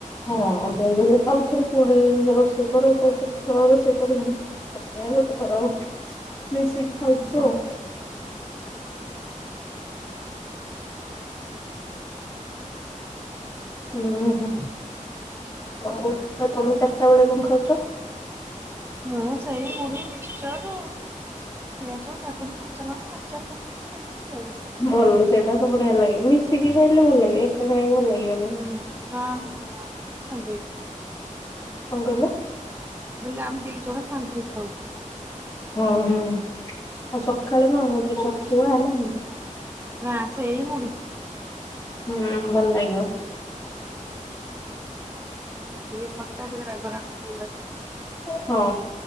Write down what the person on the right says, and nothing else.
ମୁଁ ସେଇ ମୁଢି ମିକ୍ସର। ପିଆଜ, କାକୁଡି, କଞ୍ଚାଲଙ୍କା, ଆଚାର ପକେଇ କି ଖାଇଦଉଛୁ ଆଉ।
ହୁଁ ମା ସାଙ୍ଗ ହେଇକି ଖାଇଦଉଛୁ <unintelligible>
ହେଲେ ଆମେ ଦି ଜଣ ସାଙ୍ଗହେଇକି ଖାଉଚୁ।
ନାଁ ସେଇ ମୁଢ଼ି।
ଟିକେ ଖଟା ଟିକେ ରାଗ ରାଗ ଭଲ ଲାଗେ।